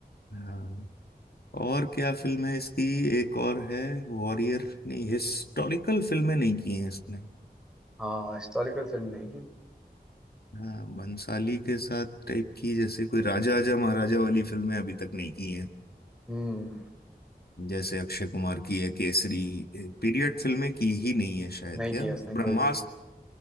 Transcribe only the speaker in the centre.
हाँ हिस्टोरिकल फिल्म नहीं की
हम्म
नहीं
किया उसने
कोई भी